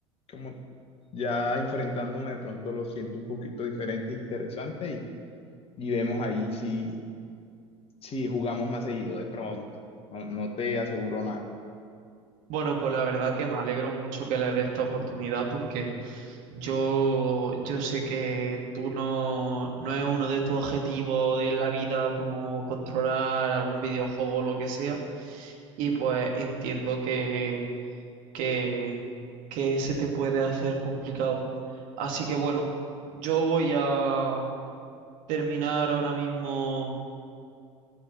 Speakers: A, on the left; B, on the right.
A: como ya enfrentándome de pronto lo siento un poquito diferente, interesante y, y vemos ahí si, si jugamos más seguido de pronto. No, no te aseguro
B: bueno, pues la verdad que me alegro mucho que le dé esta oportunidad porque yo, yo sé que tú no, no es uno de tus objetivos de la vida como controlar algún videojuego o lo que sea. Y pues entiendo que, que, que se te puede hacer complicado. Así que bueno, yo voy a, terminar ahora mismo